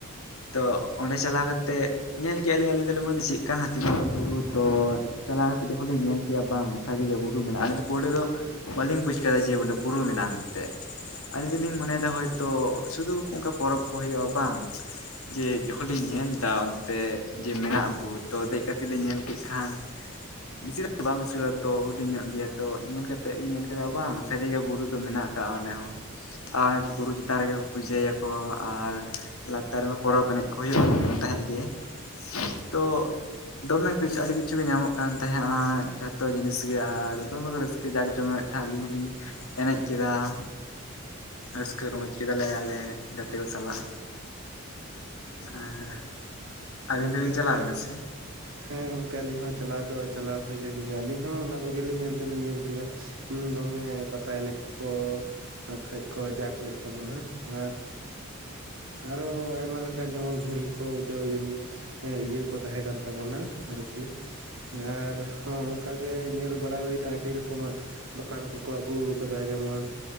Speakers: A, on the left; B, on the right.
A: ᱛᱚ ᱚᱸᱰᱮ ᱪᱟᱞᱟᱣ ᱠᱟᱛᱮ ᱧᱮᱞ ᱠᱮᱜᱼᱟ ᱞᱤᱧ ᱟᱹᱞᱤᱧ ᱫᱚ ᱞᱤᱧ ᱢᱚᱱᱮ ᱠᱮᱫᱟ ᱪᱮᱫ ᱞᱮᱠᱟᱱ ᱦᱟᱹᱛᱤ ᱵᱟ ᱵᱩᱨᱩ ᱫᱚ, ᱪᱟᱞᱟᱣ ᱠᱟᱛᱮᱫ ᱡᱚᱠᱷᱚᱱ ᱞᱮ ᱧᱮᱞ ᱠᱮᱫᱟ ᱵᱟᱝ ᱥᱟᱹᱨᱤ ᱜᱮ ᱵᱩᱨᱩ ᱢᱮᱱᱟᱜᱼᱟ ᱾ ᱟᱞᱮ ᱫᱚ ᱯᱳᱭᱞᱳ ᱫᱚ, ᱵᱟᱹᱞᱤᱧ ᱵᱩᱡ ᱠᱮᱫᱟ ᱡᱮ ᱚᱰᱮ ᱵᱩᱨᱩ ᱢᱮᱱᱟᱜᱼᱟ ᱢᱮᱱᱛᱮ ᱟᱹᱞᱤ ᱫᱚ ᱞᱤᱧ ᱢᱚᱱᱮᱭᱮᱫᱟ ᱦᱳᱭᱛᱚ ᱥᱩᱫᱩ ᱚᱱᱠᱟ ᱯᱚᱨᱚᱵᱽ ᱠᱚ ᱦᱩᱭᱩᱜᱼᱟ, ᱵᱟᱝ ᱡᱮ ᱡᱚᱠᱷᱚᱱ ᱞᱤᱧ ᱧᱮᱞ ᱮᱫᱟ, ᱚᱱᱛᱮ ᱡᱮ ᱢᱮᱱᱟᱜᱼᱟ ᱵᱩᱨᱩ ᱛᱚ ᱫᱮᱡ ᱠᱟᱛᱮᱜ ᱞᱤᱞ ᱧᱮᱞ ᱠᱮᱫ ᱠᱷᱟᱱ, ᱵᱮᱥᱤ ᱫᱚ ᱵᱟᱝ ᱩᱥᱩᱞᱟ ᱛᱚ ᱦᱩᱰᱤᱧ ᱧᱚᱜ ᱜᱮᱭᱟ ᱛᱚ ᱧᱮᱞ ᱠᱟᱛᱮ, ᱛᱮᱫ ᱞᱤᱧ ᱧᱮᱞ ᱠᱮᱫᱟ ᱵᱟᱝ ᱥᱟᱹᱨᱤᱜ ᱵᱩᱨᱩ ᱫᱚ ᱢᱮᱱᱟᱜ ᱟᱠᱟᱜᱼᱟ ᱚᱸᱰᱮ ᱦᱚᱸ ᱾ ᱟᱨ ᱵᱩᱨᱩ ᱪᱮᱛᱟᱱ ᱨᱮᱜᱮ ᱯᱩᱡᱟᱹᱭ ᱭᱟᱠᱚ ᱾ ᱟᱨ ᱞᱟᱛᱟᱨ ᱨᱮᱢᱟ ᱯᱚᱨᱚᱵᱽ ᱮᱱᱮᱡ ᱠᱚ ᱦᱩᱭᱩᱜ ᱛᱟᱦᱮᱸᱫ ᱜᱮ, ᱛᱚ ᱫᱚᱢᱮ ᱠᱤᱪᱷᱩ ᱟᱹᱰᱤ ᱠᱤᱪᱷᱩ ᱜᱮ ᱧᱟᱢᱚᱜ ᱠᱟᱱ ᱛᱟᱦᱮᱸᱜᱼᱟ, ᱡᱷᱚᱛᱚ ᱡᱤᱱᱤᱥ ᱜᱮ ᱟᱨ ᱫᱚᱢᱮ ᱠᱚ ᱨᱟᱹᱥᱠᱟᱹ ᱠᱟᱡᱟᱠ ᱡᱚᱢᱮᱫ ᱛᱟᱦᱮ ᱟᱹᱞᱤᱧ ᱦᱚᱞᱤᱧ ᱮᱱᱮᱡ ᱠᱮᱫᱟ ᱾ ᱨᱟᱹᱥᱠᱟᱹ ᱨᱚᱢᱚᱡ ᱠᱮᱫᱟᱞᱮ ᱟᱞᱮ ᱜᱟᱛᱮ ᱠᱚ ᱥᱟᱞᱟᱜ᱾ ᱟᱨ ᱟᱹᱵᱤᱱ
B: ᱜᱚᱢᱠᱮ
A: ᱫᱚᱵᱤᱱ ᱪᱟᱞᱟᱣ
B: ᱛᱟᱦᱚᱞᱮ
A: ᱞᱮᱱᱟ ᱥᱮ?
B: ᱦᱮᱸ ᱜᱚᱝᱠᱮ ᱟᱞᱤᱧ ᱦᱚᱸ ᱪᱟᱞᱟᱣ ᱫᱚ ᱪᱟᱞᱟᱣ ᱦᱩᱭ ᱞᱮᱱ ᱜᱮᱭᱟ, ᱟᱹᱞᱤᱧ ᱦᱚᱸ ᱚᱱᱟ ᱠᱚᱜᱮ ᱞᱤᱧ ᱧᱮᱞ ᱫᱚ ᱞᱤᱧ ᱧᱮᱞ ᱠᱮᱫᱟ ᱦᱩᱻ ᱫᱚᱢᱮ ᱯᱟᱛᱟ ᱮᱱᱮᱡ ᱠᱚᱠᱚ ᱠᱚᱠᱚ ᱟᱨ ᱠᱷᱟᱡ ᱠᱚ ᱡᱟᱠ ᱞᱮᱫ ᱛᱟᱵᱚᱱᱟ, ᱟᱨ ᱟᱨᱚ ᱟᱭᱢᱟ ᱞᱮᱠᱟᱱ ᱡᱮᱢᱚᱱ ᱜᱷᱩᱲᱤ ᱠᱚ ᱩᱰᱟᱹᱣ ᱡᱟᱹᱱᱤᱡ ᱤᱭᱟᱹ ᱠᱚ ᱛᱟᱦᱮᱸ ᱠᱟᱱ ᱛᱟᱵᱚᱱᱟ, ᱟᱨᱠᱤ ᱟᱨ ᱦᱚᱸ ᱚᱱᱠᱟ ᱜᱮ ᱧᱮᱞ ᱵᱟᱲᱟ ᱦᱩᱭᱱᱟ ᱟᱹᱰᱤ ᱨᱚᱠᱚᱢᱟᱜ ᱫᱚᱠᱟᱱ ᱠᱚᱠᱚ ᱟᱹᱜᱩ ᱟᱠᱟᱫᱟ, ᱡᱮᱢᱚᱱ